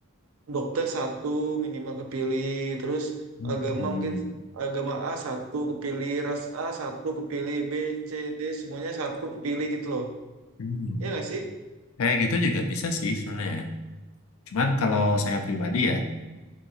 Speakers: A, on the right; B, on the left.
A: dokter satu minimal kepilih, terus
B: Hmm.
A: agama mungkin agama A satu kepilih, ras A satu kepilih, B, C, D semuanya satu kepilih gitu loh.
B: Hmm.
A: Ya nggak sih?
B: Kayak gitu juga bisa sih sebenarnya. Cuman kalau saya pribadi ya,